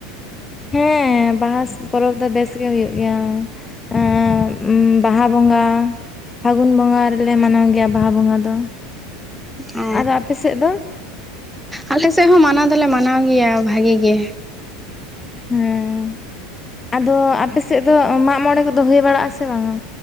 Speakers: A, on the left; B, in the centre.
A: ᱦᱮᱸ ᱵᱟᱦᱟ ᱯᱚᱨᱚᱵᱽ ᱫᱚ ᱵᱮᱥ ᱜᱮ ᱦᱩᱭᱩᱜ ᱜᱮᱭᱟ ᱮᱸ ᱵᱟᱦᱟ ᱵᱚᱸᱜᱟ ᱯᱷᱟᱹᱜᱩᱱ ᱵᱚᱸᱜᱟ ᱨᱮᱞᱮ ᱢᱟᱱᱟᱣ ᱜᱮᱭᱟ ᱵᱟᱦᱟ ᱵᱚᱸᱜᱟ ᱫᱚ
B: ᱚ
A: ᱟᱫᱚ ᱟᱯᱮ ᱥᱮᱫ ᱫᱚ
B: ᱟᱞᱮᱥᱮᱫ ᱦᱚᱸ ᱢᱟᱱᱟᱣ ᱫᱚᱞᱮ ᱢᱟᱱᱟᱣ ᱜᱮᱭᱟ ᱵᱷᱟᱜᱮ ᱜᱮ
A: ᱦᱮᱸ ᱟᱫᱚ ᱟᱯᱮ ᱥᱮᱫ ᱫᱚ ᱢᱟᱜᱢᱚᱬᱮ ᱠᱚ ᱫᱚ ᱦᱩᱭ ᱵᱟᱲᱟᱜ ᱟᱥᱮ ᱵᱟᱝᱼᱟ